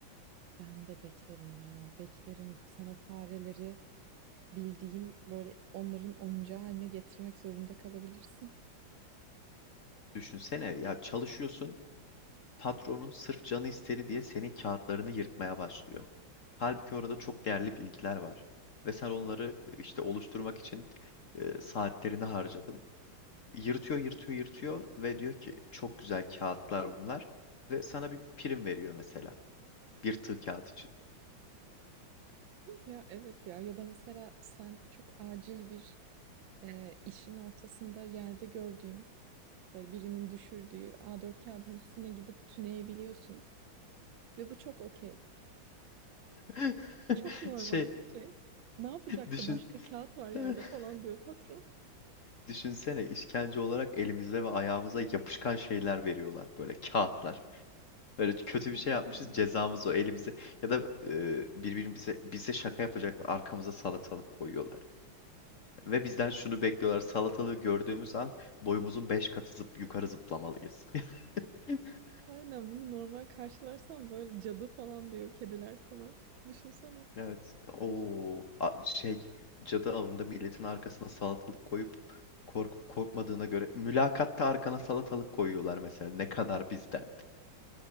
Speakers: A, on the right; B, on the left.
A: Ben de beklerim ya beklerim. Sen o fareleri bildiğin böyle onların oyuncağı haline getirmek zorunda kalabilirsin.
B: Düşünsene ya çalışıyorsun. Patronun sırf canı istedi diye senin kağıtlarını yırtmaya başlıyor. Halbuki orada çok değerli bilgiler var. Ve sen onları e, işte oluşturmak için e, saatlerini harcadın. Yırtıyor, yırtıyor, yırtıyor ve diyor ki çok güzel kağıtlar bunlar. Ve sana bir prim veriyor mesela. Bir tığ kağıt için.
A: Ya evet ya ya da mesela sen çok acil bir e, işin ortasında yerde gördüğün böyle birinin düşürdüğü A4 kağıdın üstüne gidip tüneyebiliyorsun ve bu çok okey.
B: <laughs>
A: Bu çok normal
B: Şey
A: bir şey. Ne yapacaktı
B: düşün.
A: başka kağıt var yerde
B: <laughs>
A: falan diyor patron.
B: Düşünsene işkence olarak elimize ve ayağımıza yapışkan şeyler veriyorlar. Böyle kağıtlar. Böyle kötü
A: Ay.
B: bir şey yapmışız cezamız o elimize ya da e, birbirimize bize şaka yapacaklar arkamıza salatalık koyuyorlar. Ve bizden şunu bekliyorlar salatalığı gördüğümüz an boyumuzun 5 katı zıp yukarı zıplamalıyız. <laughs>
A: Aynen bunu normal karşılarsan böyle cadı falan diyor kediler sana. Düşünsene.
B: Evet. O şey cadı avında milletin arkasına salatalık koyup kork korkmadığına göre mülakatta arkana salatalık koyuyorlar mesela ne kadar bizden.